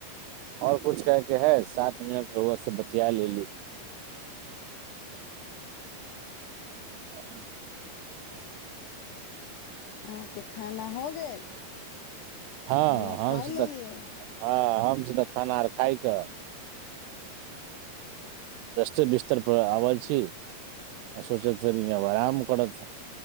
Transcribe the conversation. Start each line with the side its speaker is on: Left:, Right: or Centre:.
Right: आओर कुछ कहैके है सात मिनट रउवा से बतिया लेली ह
Left: अहाँके खाना हो गेल
Right: हँ हँ
Left: खेनाइ
Right: आओर
Left: खा
Right: सब
Left: लेलियै
Right: हँ हम सँ तऽ खाना आर खाइके र बिस्तर परर आबै छी आ सोचैत छी आब आराम करत